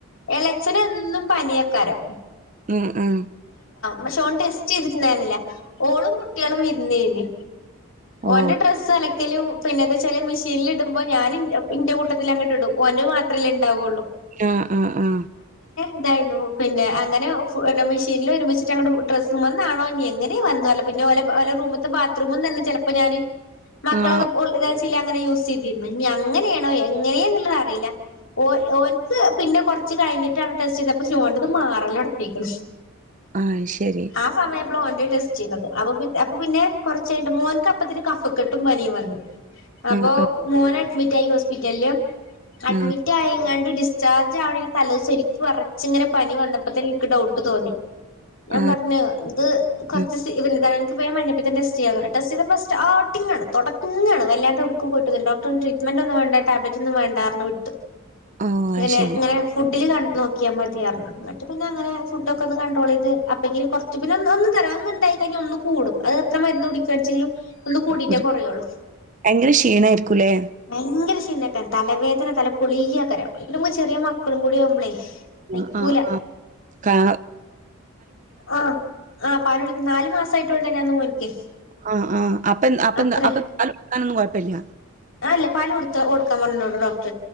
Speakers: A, on the left (about 60°); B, on the right (about 35°).
A: ഇളേച്ചനെന്നും പനിയക്വരും
B: ഉം ഉം
A: പക്ഷെ ഓൻ ടെസ്റ്റ് ചെയ്തിട്ടുണ്ടായിരുന്നില്ല ഓളും കുട്ടികളും ഇരുന്നേന്. ഓന്റെ
B: ഓ
A: ഡ്രസ്സ് അല ക്കലും പിന്നെ അത് ചെല മെഷീനിൽ ഇടുമ്പോ ഞാനൻ ഇന്റെ കൂട്ടത്തിൽ അങ്ങോട്ടിടും ഓന്റെ മാത്രല്ലേണ്ടാവൊള്ളൂ
B: ആ ആ ആ
A: ഇതായിരുന്നു പിന്നെ അങ്ങനെ <unintelligible> ഇനിൽരുമിച്ചിട്ടാണ് അ ഡ്രസ്സുംമെന്നാണോ ഇനി എങ്ങനെ വന്നാലും പിന്നെ ഓലെ റൂമത്തെ ബാത്റൂമംന്നന്നെ ചിലപ്പോ ഞാന് മക്കളൊക്കെ
B: ആ
A: <unintelligible> അങ്ങനെ യൂസ് ചെയ്തിന്ന് ഇനി അങ്ങനെയാണോ എങ്ങനെന്നുള്ളത്റിയില്ല ഓ ഓൽക്ക് പിന്നെ കൊറച്ച് കഴിഞ്ഞിട്ടാണ് ടെസ്റ്റ് ചെയ്തപ്പ സ്റ്റോൺണ്ടത് മാറലൊട്ത്തിക്കണ്.
B: ആ ശരി
A: ആ സമയാപ്പള് ഓന്റെ ടെസ് ചെയ്യന്നത് അവൻപി അപ്പൊ പിന്നെ കുറച്ചഴിഞ്ഞിട്ട് മോൻക്കപ്പത്തിന് കഫക്കെട്ടും പനിയും വന്നു. അപ്പൊ
B: ആ ആ
A: മോനെ മിറ്റായി ഹോസ്പിറ്റലില് അഡ്മിറ്റ്
B: ആ
A: ആയിങ്ങണ് ഡിസ്ചാർജ് ആവണെന് തല ദിവസം എന്ക്ക് വെറച്ചിങ്ങനെ പനി വന്നപ്പോത്തന്നെ എനിക്ക് ഡൗട്ട് തോന്നി. ഞാൻ
B: ആ
A: പറഞ്ഞു ഇത് കൊറച്ച്
B: ഉം.
A: സീ <unintelligible> ഉപയോ <unintelligible> പിന്നെ ടെസ്റ്റ്‌ ചെയ്യാന്നു പറഞ്ഞു ടെസ്റ്റ്‌ ചെയ്തപ്പ സ്റ്റാർട്ടിങ്ങാണ് തുടക്ങ്ങാണ് വല്ലാണ്ട് ഏടുക്കും പോയിട്ടില്ല ഡോക്ടർ പറഞ്ഞു ട്രീറ്റ്മെന്റ് ഒന്നും വേണ്ട ടാബ്ലറ്റ് ഒന്നും വേണ്ടാന്ന് പറഞ്ഞ് വിട്ട്.
B: ഓ
A: അങ്ങനെ
B: അത് ശരി
A: ഇങ്ങനെ ഫുഡില് ക നോ മൊ ചെയ്യാറുണ്ട് ന്നെട്ട് പിന്നെ അങ്ങനെ ഫുഡൊക്കെ ഒന്ന് ത് അപ്പോളേക്ക് കുറ <unintelligible> തരാംന്നണ്ടായി കഴിഞ്ഞ ഒന്ന് കൂടും അത് എത്ര മരുന്ന് കുടിക്കണ്‌ച്ചെങ്കിലും ഒന്ന് കൂടിട്ടേ
B: ആ, ഒരു-
A: കുറയുള്ളു
B: ഭയങ്കര ക്ഷീണായിരിക്കൂല്ലേ
A: ഭയങ്കര ക്ഷീണ തലവേദന തല പൊളിയാക്കാരം. അയ്ക്കൂടേ നമ്മുക്ക് ചെറിയ മക്കളും കൂടി ആവുമ്പളേ സഹിക്കൂല
B: ആ ആഹ് ആ കാ
A: ആ ആ പാല് കുടിക്ക നാല് മാസമായി <unintelligible>
B: ആ ആ അപ്പ അപ്പ
A: അത്ര
B: അപ്പ പാല് കുടിക്കാനൊന്നും കൊഴപ്പല്ല
A: അല്ല പാല് കൊടുത്ത കൊടുക്കാൻ പറഞ്ഞു ഡോക്ട